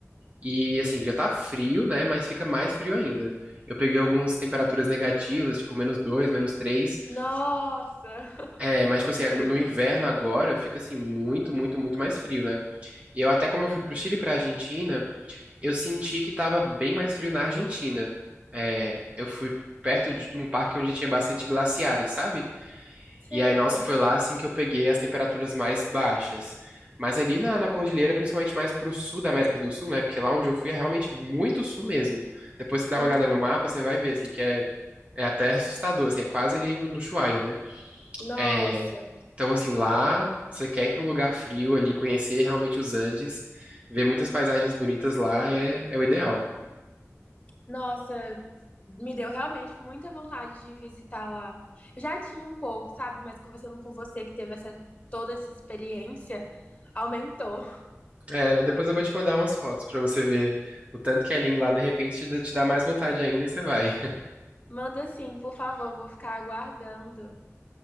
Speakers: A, on the right; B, on the left.
A: E, assim, já tá frio, né, mas fica mais frio ainda. Eu peguei algumas temperaturas negativas, tipo, menos dois, menos três.
B: Nossa,
A: É, mas,
B: muito
A: tipo assim, ag-
B: frio.
A: no inverno agora fica, assim, muito, muito, muito mais frio, né? E eu até, como eu fui pro Chile e pra Argentina... Eu senti que tava bem mais frio na Argentina. É, eu fui perto de um parque onde tinha bastante glaciares, sabe?
B: Sei.
A: E aí, nossa, foi lá assim que eu peguei as temperaturas mais baixas. Mas ali na, na cordilheira, principalmente mais pro sul da América do Sul, né? Porque lá onde eu fui é realmente muito sul mesmo. Depois você dá
B: Uhum.
A: uma olhada no mapa, você vai ver, assim, que é, é até assustador, assim, é quase ali no, no Ushuaia, né?
B: Nossa,
A: É, então, assim, lá você quer ir pra um lugar frio ali, conhecer realmente os Andes, ver muitas paisagens bonitas lá é é o ideal.
B: nossa, me deu realmente muita vontade de visitar lá. Eu já tinha um pouco, sabe? Mas conversando com você que teve essa toda essa experiência, aumentou.
A: É, não, depois eu vou te mandar umas fotos pra você ver o tanto que é lindo lá. De repente te dá- te dá mais vontade ainda e você vai. <laughs>
B: Manda sim, por favor, vou ficar aguardando.